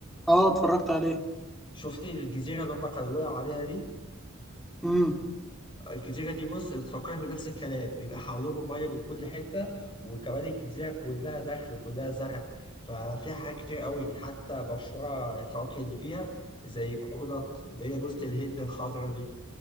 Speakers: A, in the centre; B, on the left (about 25°).
A: اه اتفرجت عليه
B: شفت الجزيره اللي هم كانوا وقعوا عليها دي؟
A: امم
B: الجزيرة دي بص بتفكرني بنفس الكلام بيبقى حواليهم مية من كل حتة وكمان الجزيرة كلها دخل كلها زرع ففيها حاجات كتير قوي حتى مشروع الفواكه اللي فيها زي كوكونات اللي هي جوزة الهند الخضرا دي